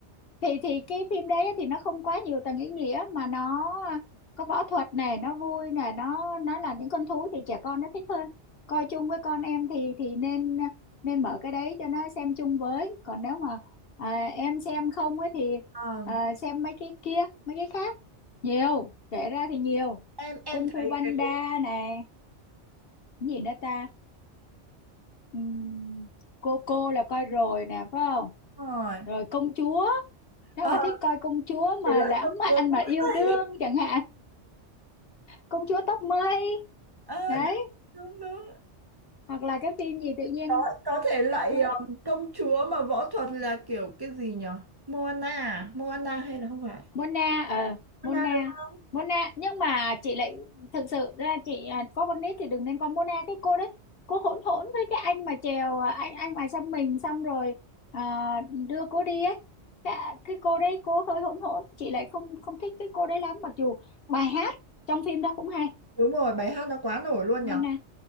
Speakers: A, on the left; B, on the right.
A: thì thì cái phim đấy á, thì nó không quá nhiều tầng ý nghĩa mà nó à, có võ thuật này nó vui này nó nó là những con thú thì trẻ con nó thích hơn coi chung với con em thì thì nên nên mở cái đấy cho nó xem chung với còn nếu mà à, em xem không ấy thì
B: Ờ,
A: à, xem mấy cái kia mấy cái khác nhiều kể ra thì nhiều
B: em em
A: Kung Fu
B: thấy
A: Panda
B: cái
A: này cái gì nữa ta Ừm, cô cô là coi rồi nè phải không
B: rồi
A: rồi công chúa nếu
B: Ờ,
A: mà thích coi công chúa mà
B: thể loại
A: lãng
B: công
A: mạn
B: chúa cũng
A: mà yêu
B: hay
A: đương chẳng hạn công chúa tóc mây
B: Ờ,
A: đấy
B: đúng đúng đúng
A: hoặc là cái phim gì tự nhiên
B: có có thể loại
A: quên,
B: um, công chúa mà võ thuật là kiểu cái gì nhở Moana à? Moana hay là không phải
A: Mona ờ
B: Moana
A: Mona
B: đúng
A: Mona nhưng mà chị lại thực sự ra chị à, có con nít thì đừng nên con Mona cái cô đấy cô hỗn hỗn với cái anh mà chèo à, anh anh mà xăm mình xong rồi à, đưa cô đi ấy cái, cái cô đấy cô hơi hỗn hỗn chị lại không không thích cái cô đấy lắm mặc dù bài hát trong phim đó cũng hay
B: Đúng rồi, bài hát nó quá nổi luôn
A: Mona
B: nhở.